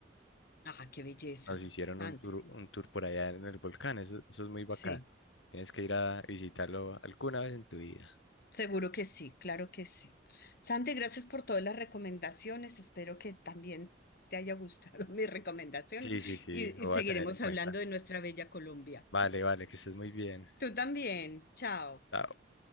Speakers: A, on the left; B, on the left.
A: Ah, qué belleza,
B: Nos hicieron
A: Sante.
B: un tour, un tour por allá en el volcán, eso, eso es muy bacano.
A: Sí,
B: Tienes que ir a visitarlo alguna vez en tu vida.
A: seguro que sí, claro que sí. Sante, gracias por todas las recomendaciones, espero que también te haya gustado <laughs> mi recomendación
B: Sí, sí, sí,
A: y,
B: lo
A: y
B: voy
A: seguiremos
B: a tener en cuenta.
A: hablando de nuestra bella Colombia.
B: Vale, vale, que estés muy bien.
A: Tú también, chao.
B: Chao.